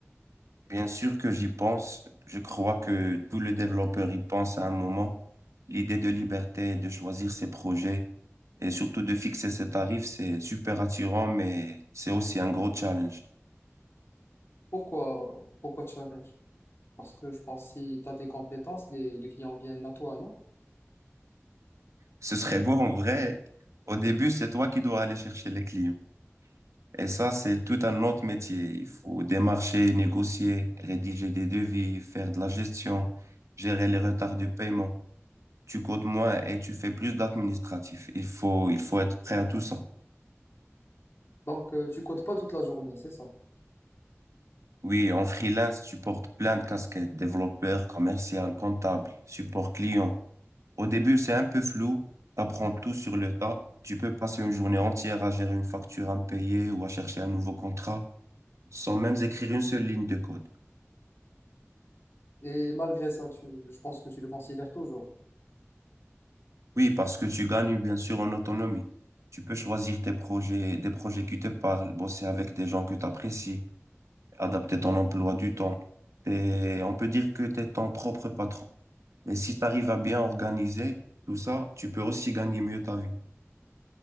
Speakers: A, on the right; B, on the left.
A: Bien sûr que j'y pense. Je crois que tout le développeur y pense à un moment. L'idée de liberté, de choisir ses projets et surtout de fixer ses tarifs, c'est super attirant, mais c'est aussi un gros challenge.
B: Pourquoi, pourquoi challenge? Parce que je pense que si tu as des compétences, les, les clients viennent à toi, non?
A: Ce serait beau en vrai. Au début, c'est toi qui dois aller chercher les clients. Et ça, c'est tout un autre métier. Il faut démarcher, négocier, rédiger des devis, faire de la gestion, gérer les retards de paiement. Tu codes moins et tu fais plus d'administratif. Il faut, il faut être prêt à tout ça.
B: Donc, euh, tu codes pas toute la journée, c'est ça.
A: Oui, en freelance, tu portes plein de casquettes, développeur, commercial, comptable, support client. Au début, c'est un peu flou. Tu apprends tout sur le tas. Tu peux passer une journée entière à gérer une facture impayée ou à chercher un nouveau contrat sans même écrire une seule ligne de code.
B: Et malgré ça, tu, je pense que tu le considères toujours.
A: Oui, parce que tu gagnes bien sûr en autonomie. Tu peux choisir tes projets, des projets qui te parlent, bosser avec des gens que tu apprécies, adapter ton emploi du temps. Et on peut dire que tu es ton propre patron. Mais si tu arrives à bien organiser tout ça, tu peux aussi gagner mieux ta vie.